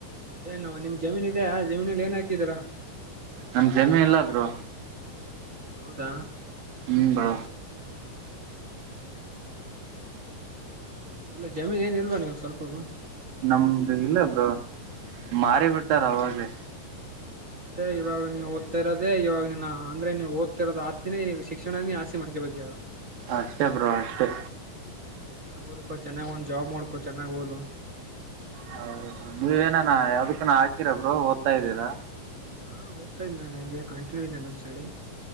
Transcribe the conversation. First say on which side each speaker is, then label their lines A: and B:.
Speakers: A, on the right; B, on the right.
A: ಏನೋ ನಿಮ್ ಜಮೀನ ಇದೆಯಾ ಆ ಜಮೀನಲಿ ಏನ್ ಹಾಕಿದಿರಾ. <unintelligible>
B: ನಮ್ಮ ಜಮೀನು ಇಲ್ಲ ಬ್ರೋ
A: ಹೌದಾ.
B: ಹ್ಮ್ ಬಾ
A: ಇಲ್ಲ ಜಮೀನ ಏನ್ ಇಲ್ವಾ ನಿಮಗ ಸ್ವಲ್ಪವು.
B: ನಮ್ದು ಇಲ್ಲ ಬ್ರೋ ಮಾರಿ ಬಿಟ್ಟಾರ ಅವಾಗ್ಲೆ.
A: ಅದ್ರೆ ಇವಾಗ ನೀವು ಓದ್ತ ಇರೋದೆ ಇವಾಗ ನಿನ್ನ ಅಂದ್ರೆ ನೀವು ಓದ್ತ ಇರೋದು ಆಸ್ತಿನೇ ಈಗ ಶಿಕ್ಷಣ ನೀ ಆಸ್ತಿ ಮಾಡ್ಕೊಬೇಕ. ಹ
B: ಅಷ್ಟೆ ಬ್ರೋ ಅಷ್ಟೆ.
A: ಎ ಓದಪ್ಪಾ ಚೆನ್ನಾಗ ಒಂದ್ ಜಾಬ್ ಮಾಡ್ಕೋ ಚನ್ನಾಗಓದು.
B: ಹೌದ ನೀವೇನಾನ ಯಾವ್ದಕ್ಕನ ಹಾಕಿರ ಬ್ರೋ ಓದ್ತಾ ಇದ್ದೀರಾ.
A: ನಾ ಓದ್ತಾ ಇದ್ನ ಹ ಹಂಗೆ ಕಂಟಿನ್ಯೂ ಇದೆೇ ನನ್ ಸ್ಟಡಿ.